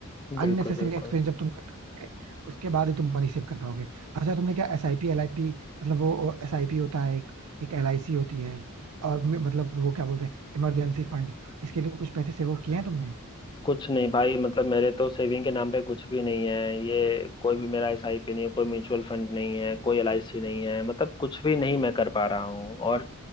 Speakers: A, on the right; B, on the left.
A: अननेसेसरी
B: बिल्कुल बिल्कुल
A: एक्सपेंस जब तुम कट करोगे उसके बाद ही तुम मनी सेव कर पाओगे अच्छा तुमने क्या S I P L I P मतलब वो एस आई पी होता है एक एक एल आई सी होती है और मे- मतलब वो क्या बोलते हैं इमरजेंसी फंड इसके लिए कुछ पैसे सेव किए हैं तुमने
B: कुछ नहीं भाई मतलब मेरे तो सेविंग के नाम पे कुछ भी नहीं है ये कोई भी मेरा एसआईपी नहीं है कोई म्यूचुअल फंड नहीं है कोई एलआईसी नहीं है मतलब कुछ भी नहीं मैं कर पा रहा हूँ और